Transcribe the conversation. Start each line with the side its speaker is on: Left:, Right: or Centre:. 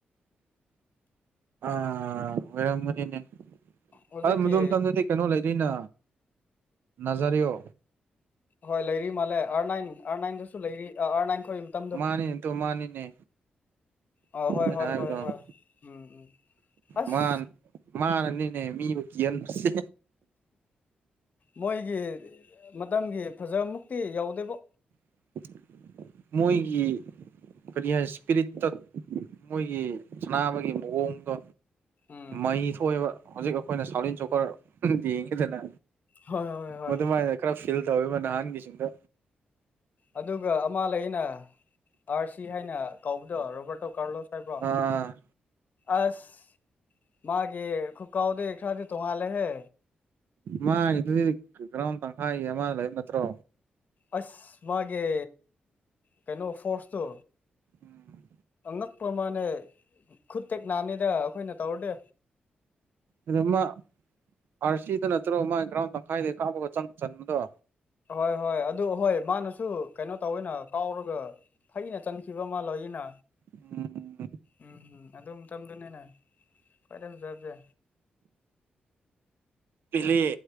Right: <inaudible> ꯑꯥ ꯑꯣꯏꯔꯝꯒꯅꯤꯅꯦ
Left: ꯍꯧꯖꯤꯛꯀꯤ
Right: ꯑ ꯃꯗꯣꯝ ꯃꯇꯝꯗꯗꯤ ꯀꯩꯅꯣ ꯂꯩꯔꯤꯅ ꯅꯖꯔꯤꯌꯣ
Left: ꯍꯣꯏ ꯂꯩꯔꯤ ꯃꯥꯜꯂꯦ ꯑꯥꯔ ꯅꯥꯏꯟ ꯑꯥꯔ ꯅꯥꯏꯟꯗꯁꯨ ꯂꯩꯔꯤ ꯑꯥꯔ ꯅꯥꯏꯟ ꯈꯣꯏ ꯃꯇꯝꯗꯣ
Right: ꯃꯥꯅꯤꯅꯦ ꯇꯨ ꯃꯥꯅꯤꯅꯦ
Left: ꯑ ꯍꯣꯏ
Right: ꯑꯩꯅ
Left: ꯍꯣꯏ
Right: ꯍꯥꯏꯕꯗꯣ
Left: ꯍꯣꯏ ꯍꯣꯏ ꯎꯝ ꯎꯝ ꯑꯁ
Right: ꯃꯥ ꯃꯥꯅꯅꯤꯅꯦ ꯃꯤꯕꯨ ꯀꯤꯍꯟꯕꯁꯦ
Left: ꯃꯣꯏꯒꯤ ꯃꯇꯝꯒꯤ ꯐꯖꯕ ꯃꯨꯛꯇꯤ ꯌꯧꯎꯗꯦꯕꯨ
Right: <unintelligible> ꯑꯩꯈꯣꯏꯒꯤ ꯀꯔꯤ ꯍꯥꯏ ꯏꯁꯄꯤꯔꯤꯠꯇ ꯃꯣꯏꯒꯤ ꯁꯅꯥꯅꯕꯒꯤ ꯃꯑꯣꯡꯗꯣ
Left: ꯎꯝ
Right: ꯃꯩ ꯊꯣꯛꯑꯦꯕ ꯍꯧꯖꯤꯛ ꯑꯩꯈꯣꯏꯅ ꯁꯥꯎꯂꯤꯟ ꯆꯣꯀꯔ ꯌꯦꯡꯉꯤꯗꯅ
Left: ꯍꯣꯏ ꯍꯣꯏ ꯍꯣꯏ
Right: ꯃꯗꯨꯃꯥꯏꯅ ꯈꯔ ꯐꯤꯜ ꯇꯧꯋꯦꯕ ꯅꯍꯥꯟꯒꯤꯁꯤꯡꯗ
Left: ꯑꯗꯨꯒ ꯑꯃ ꯂꯩ ꯑꯩꯅ ꯑꯥꯔ ꯁꯤ ꯍꯥꯏꯅ ꯀꯧꯕꯗꯣ ꯔꯣꯕꯥꯔꯇꯣ ꯀꯥꯔꯂꯣꯁ ꯍꯥꯏꯕ꯭ꯔꯣ
Right: ꯑꯥ
Left: ꯑꯁ ꯃꯥꯒꯤ ꯈꯨ ꯀꯥꯎꯗꯨ ꯈ꯭ꯔꯗꯤ ꯇꯣꯉꯥꯜꯂꯦꯍꯦ
Right: ꯃꯥꯒꯤꯗꯨꯗꯤ ꯒ꯭ꯔꯥꯎꯟ ꯇꯪꯈꯥꯏꯒꯤ ꯑꯃꯗ ꯂꯩꯕ ꯅꯠꯇ꯭ꯔꯣ
Left: ꯑꯁ ꯃꯥꯒꯤ ꯀꯩꯅꯣ ꯐꯣꯔꯁꯇꯣ
Right: ꯎꯝ
Left: ꯑꯉꯛꯄ ꯑꯃꯅꯦ ꯈꯨ ꯇꯦꯛ ꯅꯥꯅꯤꯗ ꯑꯩꯈꯣꯏꯅ ꯇꯧꯔꯗꯤ
Right: ꯑꯗꯨ ꯃꯥ ꯑꯥꯔ ꯁꯤꯗ ꯅꯠꯇ꯭ꯔꯣ ꯃꯥꯒꯤ ꯒ꯭ꯔꯥꯎꯟ ꯇꯪꯈꯥꯏꯗꯒꯤ ꯀꯥꯞꯄꯒ ꯆꯪ ꯆꯟꯕꯗꯣ
Left: ꯑꯍꯣꯏ ꯍꯣꯏ ꯑꯗꯨ ꯑꯍꯣꯏ ꯃꯥꯅꯁꯨ ꯀꯩꯅꯣ ꯇꯧꯋꯦꯅ ꯀꯥꯎꯔꯒ ꯐꯩꯅ ꯆꯟꯈꯤꯕ ꯃꯥ ꯂꯩꯌꯦꯅ
Right: ꯎꯝ
Left: ꯎꯝꯝ ꯑꯗꯨ ꯃꯇꯝꯗꯨꯅꯤꯅꯦ ꯈꯋꯥꯏꯗꯩ ꯐꯖꯕꯁꯦ
Right: ꯄꯦꯂꯦ